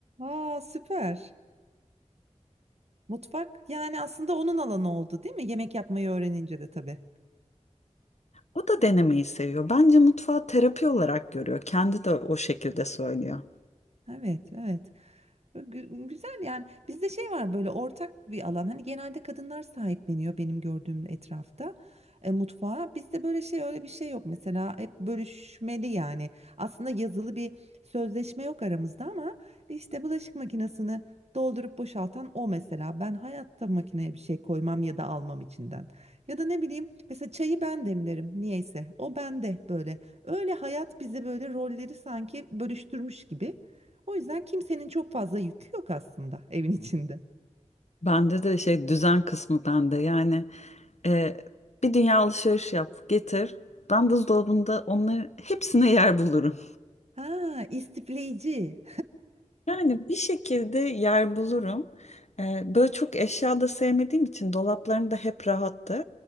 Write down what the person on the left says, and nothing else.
O da denemeyi seviyor. Bence mutfağı terapi olarak görüyor. Kendi de o şekilde söylüyor.
Bende de şey düzen kısmı bende. Yani e, bir dünya alışveriş yap, getir. Ben buzdolabında onları hepsine yer bulurum.
Yani bir şekilde yer bulurum. Ee, böyle çok eşya da sevmediğim için dolaplarım da hep rahattır.